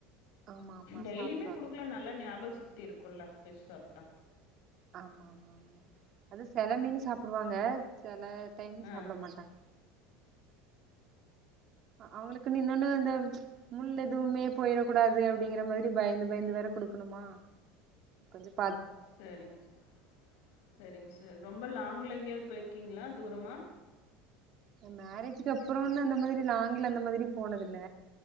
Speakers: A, on the right; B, on the left.
A: ஆமா ஆமா
B: டெய்லியுமே
A: சாப்டுவா
B: குடுக்கலா நல்லா ஞாபக சக்தி இருக்கும்ல ஃபிஷ் சாப்ட்டா
A: ஆமா ஆமா அது செல மீன் சாப்பிடுவாங்க செல டைம்
B: ஆ,
A: சாப்பிட மாட்டாங் அவுங்களுக்குன்னு இன்னொன்னு அந்த முள் எதுவுமே போயிடக்கூடாது அப்படிங்கிற மாதிரி பயந்து பயந்து வேற குடுக்கணுமா கொஞ்சம்
B: சரிங்க சரிங்க ரொம்ப லாங்ல எங்கேயாவது போயிருக்கீங்களா தூரமா
A: என் மேரேஜ்க்கு அப்புறம்ன்னு அந்த மாதிரி லாங்ல அந்த மாதிரி போனதில்ல